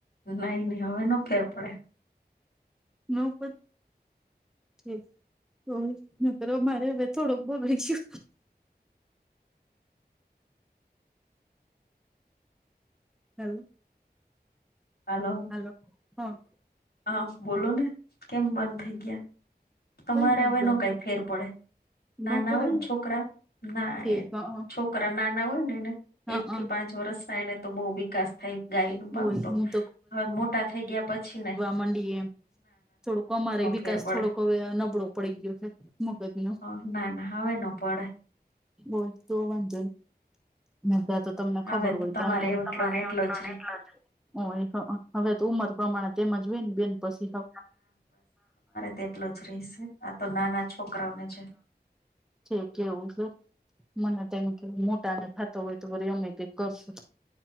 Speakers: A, on the left (about 70°); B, in the centre.
A: નઈ નહી હવે નો ફેર પડે.
B: નો ઉપર એ તો દીકરો મારે હવે થોડોક બગડી જ્યો હલો.
A: હલો.
B: હલો હા.
A: હા બોલો ને કેમ બંધ થઈ ગ્યા તમારે
B: કઈ નથી
A: હવે
B: બનતું
A: નો કાઈ ફેર પડે. નાના
B: ન પડે
A: હોય ને છોકરા ના
B: ઠીક
A: એ
B: હા
A: છોકરા નાના હોય ને એને
B: હા
A: એક
B: હા
A: થી પાંચ વર્ષ ના એને તો બો વિકાસ થાય. ગાય નું
B: હોય
A: પાંપ તો
B: હું
A: હવે મોટા થઈ ગ્યા પછી નય.
B: મડી એમ થોડોક અમારે વિકાસ
A: ફેર પડે
B: થોડોક હવે નબળો પડી ગીયુ તું મગજ નો.
A: હા ના ના હવે નો પડે.
B: બોલ તો વાંધો ની નક આતો તમને
A: હવે
B: ખબર
A: તો
B: હોય
A: તમારે
B: તમેં
A: એટલો
B: તમારે
A: ને એટલો
B: આખા
A: જ રે
B: ને ઓ હવે તો ઉમર પ્રમાણે તેમજ હોય ને બેન પસી તો
A: તેટલો જ રહીશે આ તો નાના છોકરાઓને છે.
B: તે કેવું છે મને તો એમ કે મોટા ને થતા હોય તો વળી અમે કઈક કરશું.